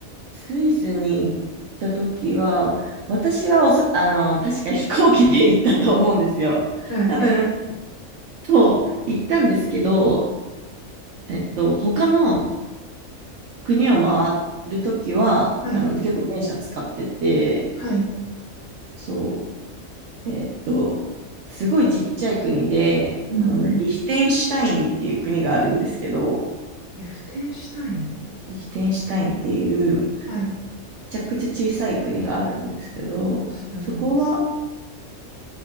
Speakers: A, on the right; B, on the left.
A: スイスに行った時は、私はおそ、あの、確か飛行機で行ったと思うんですよ。
B: はい。
A: 多分、そう、行ったんですけど、えっと、他の国を回る時は、
B: はい。
A: あの、結構電車使ってて、
B: はい。
A: そう、えっと、すごいちっちゃい国で、
B: うんうん。
A: あの、リヒテンシュタインっていう国があるんですけど、
B: リフテンシュタイン
A: リヒテンシュタインっていう、め
B: はい。
A: ちゃくちゃ小さい国があるんですけど、
B: 調べます。
A: そこは